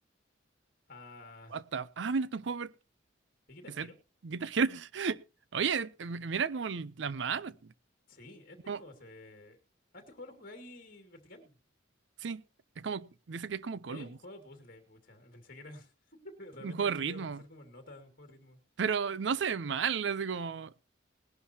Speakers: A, on the left; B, on the right.
A: Ah,
B: What the... Ah, mira, este es un juego per-
A: ¿y Guitar
B: que se
A: Hero?
B: Guitar Hero. <laughs> Oye, eh, mira como el- las manos.
A: Sí, este
B: Como...
A: juego se ve. Ah, este juego lo jugáis vertical.
B: Sí, es como, dice que es como Columns,
A: Es un juego de puzzle, pucha. Pensé que era. <laughs> Realmente
B: un juego
A: pensé
B: de ritmo.
A: que iba a ser como nota, un juego de ritmo.
B: Pero no se ve mal, así como...